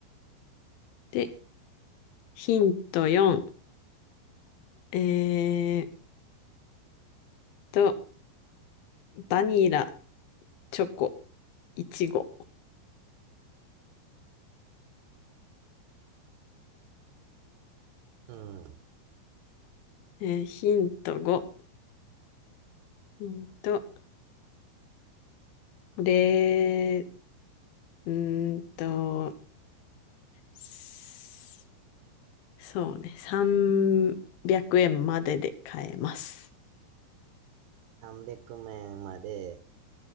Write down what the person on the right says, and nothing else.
うん。
300円まで、